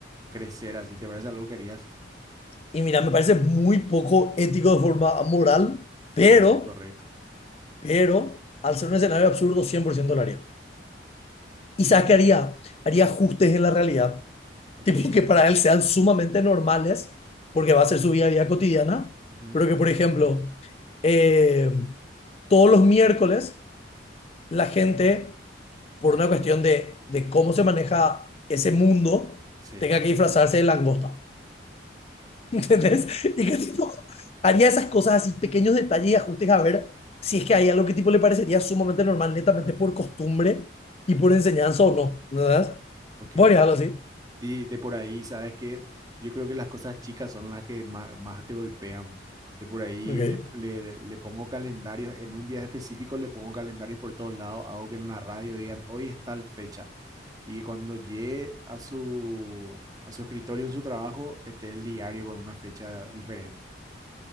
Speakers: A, on the right (about 20°); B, on the left (about 35°).
A: crecer así? ¿Te parece algo que harías?
B: Y mira, me parece muy poco ético de forma moral, pero
A: Sí, correcto.
B: pero al ser un escenario absurdo, 100% lo haría. Isaac haría, haría ajustes en la realidad,
A: Ok.
B: tipo que para él sean sumamente normales, porque va a ser su vida a cotidiana,
A: Ujú.
B: pero que, por ejemplo, eh, todos los miércoles la gente, por una cuestión de, de cómo se maneja ese mundo,
A: Sí,
B: tenga que disfrazarse de langosta. ¿Entendés? Y que tipo haría esas cosas así, pequeños detalles y ajustes a ver si es que hay algo que tipo le parecería sumamente normal, netamente por costumbre y por enseñanza o no, ¿verdad?
A: ok.
B: Voy a dejarlo así.
A: de, de por ahí, ¿sabes que Yo creo que las cosas chicas son las que más, más te golpean. De por ahí
B: Ok.
A: le, le, le pongo calendarios, en un día específico le pongo calendarios por todos lados, hago que en la radio digan, hoy es tal fecha. Y cuando llegue a su, a su escritorio en su trabajo, esté el diario con una fecha diferente.